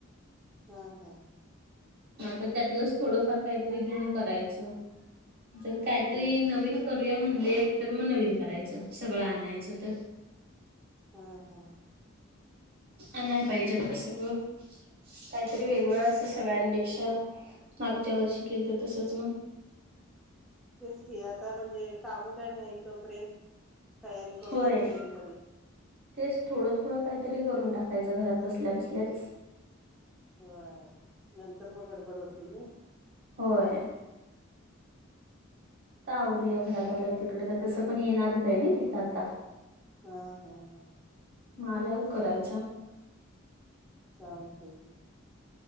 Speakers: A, in the centre; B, on the right (about 50°).
A: हा हा.
B: हा तर त्यातलंच थोडंफार काहीतरी घेऊन करायचं. जर काहीतरी
A: हम्म हम्म
B: नवीन. करूया म्हणले, तर नवीन करायचं सगळं आणायचं तर.
A: हा हा.
B: आणाय पाहिजेत आता सगळं. काहीतरी वेगळं अस सगळं डे अशा मागच्या वर्षी केलं तसंच मग.
A: तेच की आता म्हणजे, काम काय नाही तोपर्यंत तयारी करून
B: होय
A: ठेवलेली बरी.
B: तेच थोडं थोडं काहीतरी करून टाकायचं. घरात बसल्या बसल्याच.
A: ह नंतर मग गडबड होती नी.
B: व्हयं. तर आवरूया घरात आलं. तिकडे तर तसं पण येणारच आहे ना तिथं आता.
A: हा हा हा.
B: मग आल्यावर करायचं
A: चालते की,